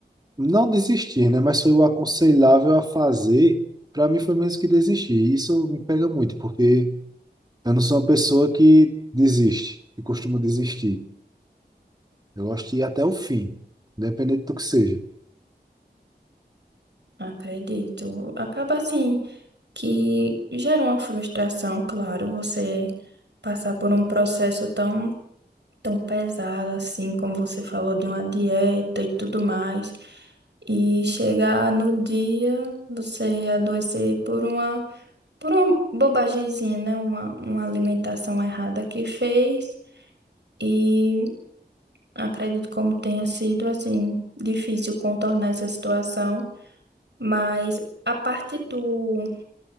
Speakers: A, on the right (about 25°); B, on the right (about 85°).
A: não desistir, né? Mas foi o aconselhável a fazer. Para mim foi menos que desistir. E Isso me pega muito, porque eu não sou uma pessoa que desiste, que costuma desistir. Eu gosto de ir até o fim, independente do que seja.
B: Acredito. Acaba assim. que gera uma frustração, claro, você passar por um processo tão, tão pesado assim, como você falou, de uma dieta e tudo mais, e chegar no dia você adoecer por uma, por uma bobagemzinha, né? Uma, uma alimentação errada que fez, e acredito como tenha sido, assim, difícil contornar essa situação, mas a parte do